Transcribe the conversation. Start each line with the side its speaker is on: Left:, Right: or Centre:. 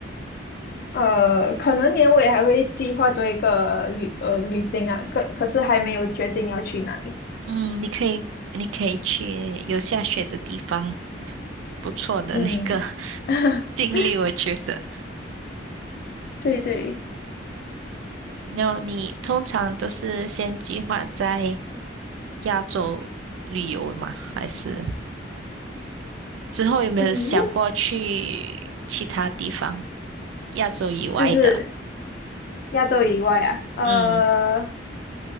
Left: 呃，可能年尾还会计划做一个旅呃旅行啊，可可是还没有决定要去哪里。
Right: 嗯，你可以，你可以去有下雪的地方，不错的那个
Left: 嗯，
Right: <laughs>
Left: <laughs>
Right: 经历，我觉得。
Left: 对对，
Right: 然后你通常都是先计划在亚洲旅游吗？还是之后有没有想过去其他地方，
Left: 嗯，目
Right: 亚洲以外的？
Left: 就是亚洲以外啊，呃，
Right: 嗯